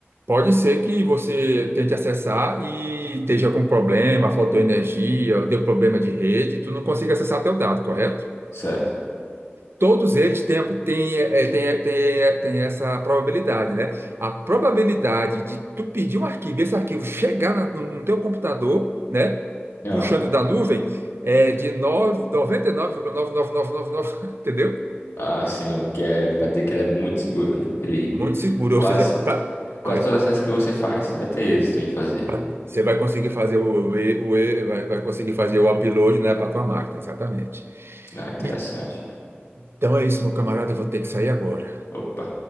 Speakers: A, on the right (about 65°); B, on the left (about 80°).
A: Pode ser que você tente acessar e esteja com problema, faltou energia, deu problema de rede, tu não consiga acessar teu dado, correto?
B: Certo.
A: Todos eles têm, têm, é, têm, têm, têm essa probabilidade, né? A probabilidade de tu pedir um arquivo, e esse arquivo chegar na- no, no teu computador, né?
B: Ah,
A: Puxando da nuvem, é de nove, noventa e nove, vírgula nove, nove, noventa e nove, nove, <laughs> entendeu?
B: ah, sim, que é pra dizer que ele é muito seguro, né? Ele
A: Muito seguro.
B: quase
A: Ou seja, pra-
B: Quase
A: Oi.
B: todas as que você faz, você vai ter êxito em fazer.
A: Pra- você vai conseguir fazer o, e- o, e- vai, vai conseguir fazer o upload, né, para tua máquina, exatamente.
B: Ah, interessante.
A: E- então é isso, meu camarada. Eu vou ter que sair agora.
B: Opa.